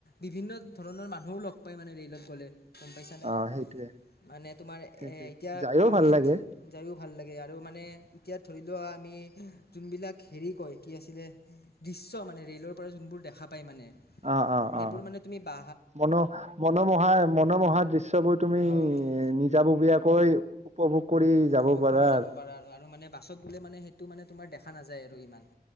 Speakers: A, on the left; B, on the right.
A: বিভিন্ন ধৰণৰ মানুহো লগ পায় মানে ৰে'লত গ'লে গম পাইছানে।
B: অ সেইটোয়ে
A: মানে তোমাৰ এ
B: সেইটোৱে
A: এতিয়া
B: যায়ও
A: আমি
B: ভাল
A: যদি
B: লাগে
A: যায়ও ভাল লাগে আৰু মানে। এতিয়া ধৰি লোৱা আমি যোনবিলাক হেৰি কয় কি আছিলে দৃশ্য মানে ৰেলৰ পৰা যোনবিলাক দেখা। পায় মানে
B: অ অ
A: সেইবোৰ
B: অ
A: মানে তুমি বা।
B: মনো মনোমোহা মনোমোহা দৃশ্যবোৰ তুমি
A: হয় হয়
B: নিজাববীয়াকৈ। উপভোগ। কৰি
A: উপভোগ
B: যাব পাৰা
A: কৰি যাব পাৰা আৰু আৰু মানে বাছত গ'লে মানে সেইটো মানে তোমাৰ দেখা নাযায় আৰু ইমান।